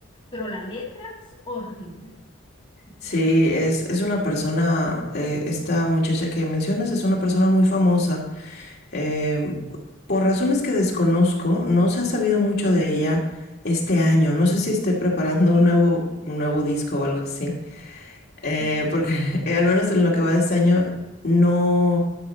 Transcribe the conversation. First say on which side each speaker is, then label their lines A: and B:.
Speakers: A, on the left; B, on the left.
A: pero la letra es horrible. O
B: Sí,
A: sea,
B: es, es una persona, eh, esta muchacha que mencionas es una persona muy famosa. Eh, por razones que desconozco, no se ha sabido mucho de ella este año. No sé si esté preparando
A: ¿En serio?
B: un nuevo, un nuevo disco o algo así. Eh,
A: Qué
B: porque <laughs> eh, al menos en lo que va de este año, no.